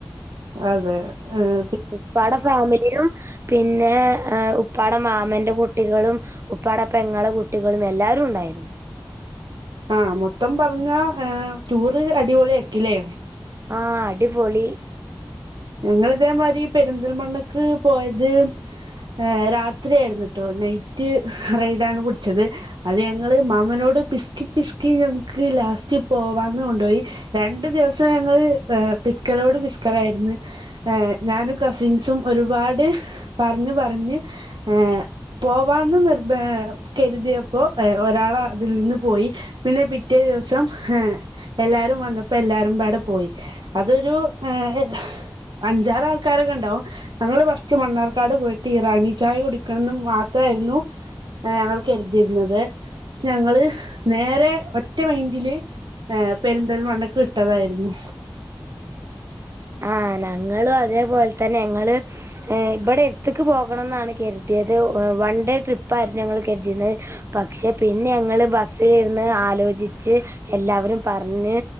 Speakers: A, on the right; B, on the right.
A: അതെ ആഹ്
B: ഉപ്പാടെ ഫാമിലിയും പിന്നേ ഉപ്പാടെ മാമന്റെ കുട്ടികളും ഉപ്പാടെ പെങ്ങള് കുട്ടികളും എല്ലാവരും ഉണ്ടായിരുന്നു
A: ആഹ് മൊത്തം പറഞ്ഞാ ടൂറ് അടിപൊളി ആക്കീല്ലേ
B: ആഹ് അടിപൊളി
A: ഞങ്ങള് ഇതേമാതിരി പെരിന്തൽമണ്ണക്ക് പോയത് ഏഹ് രാത്രിയായിരുന്നുട്ടോ നൈറ്റ് റൈഡ് ആണ് പിടിച്ചത് അത് ഞങ്ങള് മാമനോട് പിസ്കി പിസ്കി ഞങ്ങക്ക് ലാസ്റ്റ് പോവാന്ന് കൊണ്ടുപോയി രണ്ടു ദിവസം ഞങ്ങള് പിസ്കലോട് പിസ്കലായിരുന്നു ഏഹ് ഞാനും കസിൻസും ഒരുപാട് പറഞ്ഞു പറഞ്ഞ് ഏഹ് പോവാന്ന് നിർബ കരുതിയപ്പോ ഒരാൾ അതിൽ നിന്ന് പോയി പിന്നെ പിറ്റേ ദിവസം ഹ് എല്ലാരും വന്നപ്പോ എല്ലാരും ബാടെ പോയി അതൊരു ഏഹ് അഞ്ചാറാൾക്കാരൊക്കെ ഉണ്ടാവും ഞങ്ങള് ഫസ്റ്റ് മണ്ണാർക്കാട് പോയിട്ട് ഇറാനി ചായ കുടിക്കണംന്ന് മാത്രമായിരുന്നു ഞങ്ങൾ കരുതിരുന്നത്, പക്ഷെ ഞങ്ങള് നേരെ ഒറ്റ മൈന്റില് ഏഹ് പെരുന്തൽമണ്ണക്ക് വിട്ടതായിരുന്നു
B: ആഹ് ഞങ്ങളും അതേപോലെ തന്നെ ഞങ്ങള് ഇവിടെ എടുത്തിക്ക് പോകണം എന്നാണ് കരുതിയത്, വൺ ഡേ ട്രിപ്പായിരുന്നു ഞങ്ങൾ കരുതിരുന്നത് പക്ഷെ പിന്നെ ഞങ്ങള് ബസ്സിൽ ഇരുന്ന് ആലോചിച്ച് എല്ലാവരും പറഞ്ഞ്